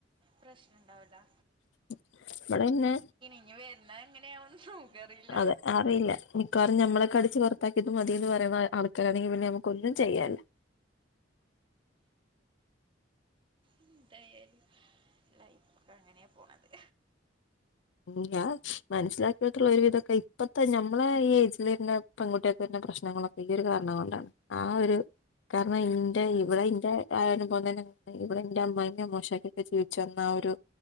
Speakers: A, on the right; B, on the left.
A: പ്രശ്നംണ്ടാവല
B: <inaudible> ഇടെന്നെ
A: ഇനി വരുന്നത് എങ്ങനെയാവുന്ന് നമുക്കറിയില്ല
B: അതെ അറിയില്ല മിക്കവാറും ഞ്ഞ നമ്മെ കടിച്ചറത്ത ത് മതിന്ന് പറയുന്ന ആൾക്കാരാണെങ്കിൽ പിന്നെ നമക്ക് ഒന്നും ചെയ്യാല <inaudible>
A: എന്തായാല ലൈഫ് ഒക്കെ അങ്ങനെയ പോണത്
B: ഇല്ല മനസ്സിലാക്കിയിട്ടുള്ള ഒരു വിധൊക്കെ ഇപ്പത്തെ ഞമ്മളെ ഈ ഇജെ പെകുട്ടിയൊക്കെ തന്നെ പ്രശ്നങ്ങളൊക്കെ ഈ കാരണം എന്താണ് ആ ഒരു ഇന്റെ
A: ഉം
B: ഇവിടെ ഇന്റെ ആയോനും <unintelligible> ഇവിടെ എന്റെ അമ്മായിമിം അമ്മോശക ജീവിച്ചു വന്ന ഒരു